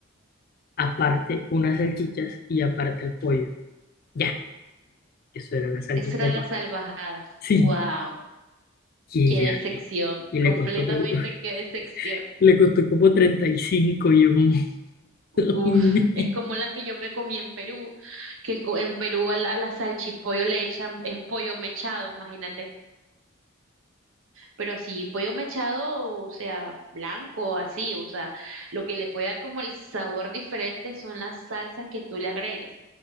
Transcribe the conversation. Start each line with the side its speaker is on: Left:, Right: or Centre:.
Left: aparte unas salchichas y aparte el pollo. Ya, eso era la salchipapa.
Right: Esa era la salvajada.
Left: Sí,
Right: Wow,
Left: y
Right: qué
Left: ella,
Right: decepción.
Left: y le
Right: Completamente
Left: costó, co- <laughs>
Right: qué decepción.
Left: le costó como 35 y cinco y
Right: Uf,
Left: yo como... <laughs>
Right: es como la que yo me comí en Perú, que en, co- en Perú a la, a la salchipollo le echan, es pollo mechado, imagínate. Pero así, pollo mechado, o sea, blanco, así, o sea, lo que le puede dar como el sabor diferente son las salsas que tú le agregues.